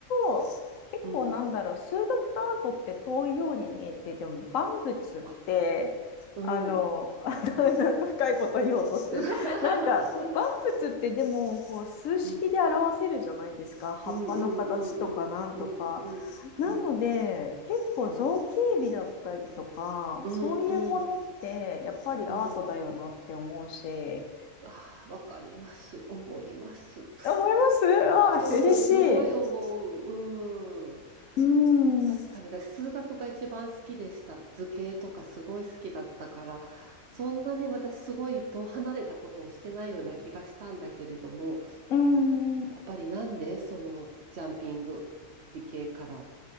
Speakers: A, on the left; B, on the right.
A: 言うと、結構なんだろう、
B: うん
A: 数学とアートって遠いように見えて、でも万物って、
B: あ、うん。
A: あの、<laughs> なんか深いこと言おうとしてる。
B: <laughs>
A: なんか万物ってでもこう数式で表せるじゃないですか。
B: うん、
A: 葉っぱの形とかなんとか。
B: うん、うん、うん、うん、うん、うん、うん、
A: なので、結構造形美だったりとか、
B: うん、うん、
A: そういうものってやっぱりアートだよなって思うし、
B: うん、うんああわかります。思います。
A: 思いますああ、
B: うん、
A: 嬉しい。
B: すごい思う。うん。
A: うーん、
B: 確かに、
A: う
B: 私、数学が一番好きでした。図形とかすごい好きだったから、そんなに私、すごい遠離れたことをしてないような気がしたんだけれども、
A: ーん、
B: やっぱりなんでそのジャンピング、理系から